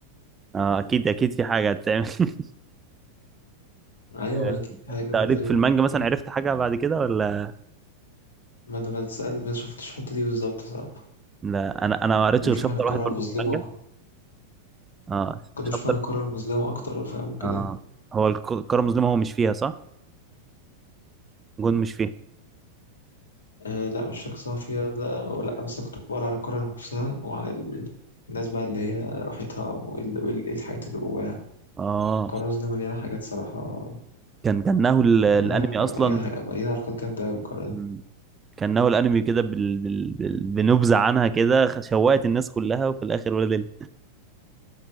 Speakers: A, on the right (about 20°); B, on the left (about 70°).
A: اه اكيد اكيد في حاجه هتتعمل <laughs>
B: <laughs> أيوه ما
A: آه،
B: أنا كده في حاجة
A: انت قريت
B: زي ما
A: في المانجا
B: بقولك
A: مثلا
B: آه.
A: عرفت حاجه بعد كده ولا
B: ما أنا ما تسأل ما شفتش الحتة دي بالظبط صراحة
A: لا انا انا ما قريتش
B: لما
A: غير
B: أشوف
A: شابتر
B: عن القارة
A: واحد برضو
B: المظلمة
A: في المانجا اه
B: كنت
A: شابتر
B: أشوف عن القارة المظلمة أكتر فاهم وكده
A: اه هو الك- الكره المظلمه هو مش فيها صح جون مش فيها
B: آه لا مش فاكر صراحة فيها لا ولا بس أنا كنت بقرا على القارة نفسها وعلى ال- الناس بقى اللي هي راحتها وإيه ال- وإيه ال- إيه الحاجات اللي جواها
A: اه
B: القارة دي مليانة حاجات صراحة
A: كان كانه ال-
B: مليانة
A: الانمي
B: حاجة
A: اصلا
B: مليانة حاجة مليانة حركات جامدة أوي القارة
A: مم.
B: دي
A: كانه الانمي كده بال... بال... بال... بنبذه عنها كده خ- شوقت الناس كلها وفي الاخر ولا دل